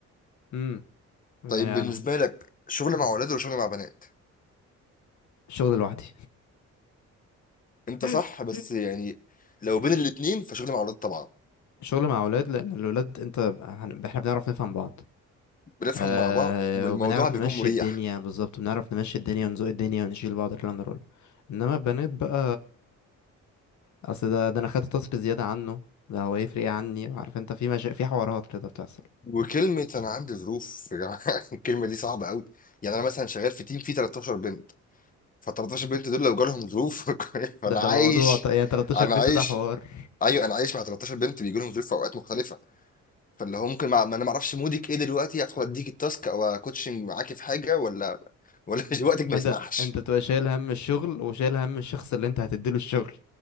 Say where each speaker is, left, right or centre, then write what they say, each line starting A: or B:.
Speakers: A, on the left (about 70°); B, on the left (about 25°).
A: امم يعني
B: طيب بالنسبه
A: انا
B: لك شغل مع اولاد ولا شغل مع بنات
A: شغل لوحدي <laughs>
B: انت صح بس يعني لو بين الاتنين فشغل مع اولاد طبعا
A: شغل مع اولاد لان الولاد انت احنا بنعرف نفهم بعض
B: بنفهم
A: آه
B: مع بعض والموضوع
A: وبنعرف
B: بيكون
A: نمشي
B: مريح
A: الدنيا بالظبط بنعرف نمشي الدنيا ونزوق الدنيا ونشيل بعض الكلام ده كله انما البنات بقى اصل ده ده انا خدت تصري زياده عنه ده هو يفرق ايه عني عارف انت في مشا... في حوارات كده بتحصل
B: وكلمة أنا عندي ظروف <laughs> يا جماعة الكلمة دي صعبة قوي يعني أنا مثلا شغال في تيم فيه 13 بنت ف 13 بنت دول لو جالهم ظروف <laughs> فأنا
A: ده ده
B: عايش
A: موضوع ط- يعني 13
B: أنا
A: بنت
B: عايش
A: ده حوار
B: أيوه أنا عايش مع 13 بنت بيجي لهم ظروف في أوقات مختلفة فاللي هو ممكن مع... ما أنا ما أعرفش مودك إيه دلوقتي أدخل أديك التاسك أو أكوتشنج معاكي في حاجة ولا ولا <laughs> وقتك ما
A: انت
B: يسمحش
A: انت بتبقى شايل هم الشغل وشايل هم الشخص اللي انت هتديله الشغل